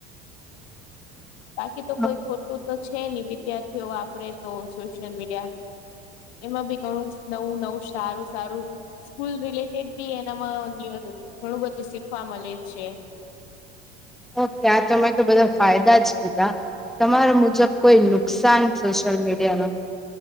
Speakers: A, in the centre; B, on the left.
A: <inaudible>
B: બાકી તો
A: હા
B: કોઈ ખોટું તો છે નહી વિદ્યાર્થીઓ વાપરે તો સોશિયલ મીડિયા
A: <inaudible>
B: એમાં બી ઘણું નવું નવું સારું સારુ સ્કૂલ રિલેટેડ બી એનામાં ઘણું બધુ સી શીખવા મળે છે
A: ઓકે આ તમે તો બધા ફાયદા જ કીધા તમારા મુજબ કોઈ નુકસાન સોશિયલ મીડિયા નો